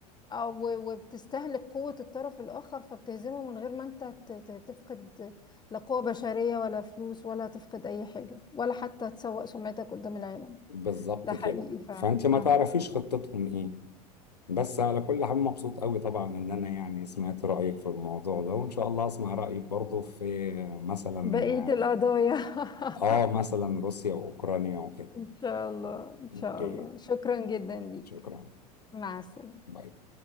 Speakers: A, on the left; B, on the left.
A: أو وبتستهلك قوة الطرف الآخر فبتهزمه من غير ما أنت ت- ت- تفقد لا قوة بشرية ولا فلوس ولا تفقد أي حاجة ولا حتى تسوء سمعتك قدام العالم
B: بالظبط
A: ده حقيقي
B: كده
A: فعلا
B: فأنت ما
A: عندك
B: تعرفيش
A: حق.
B: خطتهم إيه بس على كل حال مبسوط قوي طبعا إن أنا يعني سمعت رأيك في الموضوع ده وإن شاء الله أسمع رأيك برضه في مثلا
A: بقية القضايا
B: آه مثلا
A: <laughs>
B: روسيا وأوكرانيا وكده
A: إن شاء الله إن شاء
B: أوكي
A: الله شكرا جدا ليك
B: شكرا
A: مع السلامة
B: باي باي.